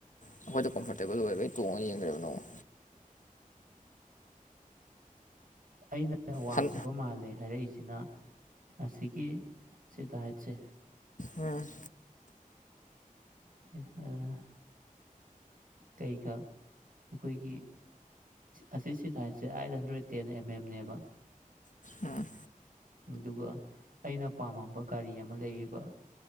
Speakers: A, on the left; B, on the right.
A: ꯑꯩꯈꯣꯏꯗ ꯀꯝꯐꯣꯔꯇꯦꯕꯜ ꯑꯣꯏꯕꯩ ꯑꯩ ꯇꯣꯡꯉ ꯌꯦꯡꯒ꯭ꯔꯦꯕ ꯅꯣꯡꯃ
B: ꯑꯩꯅ ꯋꯥꯡꯗꯕ
A: ꯍꯟ
B: ꯃꯥꯜꯂꯦ ꯍꯥꯏꯔꯛꯏꯁꯤꯅ ꯑꯁꯤꯒꯤ ꯁꯤꯠ ꯍꯥꯏꯠꯁꯦ
A: ꯎꯝ
B: <unintelligible> ꯀꯩꯒ ꯑꯩꯈꯣꯏꯒꯤ ꯑꯁꯤ ꯁꯤꯠ ꯍꯥꯏꯠꯁꯦ ꯑꯥꯏꯠꯍꯟꯗ꯭ꯔꯦꯠ ꯇꯦꯟ ꯑꯦꯝ ꯑꯦꯝꯅꯦꯕ
A: ꯎꯝ
B: ꯑꯗꯨꯒ ꯑꯩꯅ ꯄꯥꯝꯃꯝꯕ ꯒꯥꯔꯤ ꯑꯃ ꯂꯩꯌꯦꯕ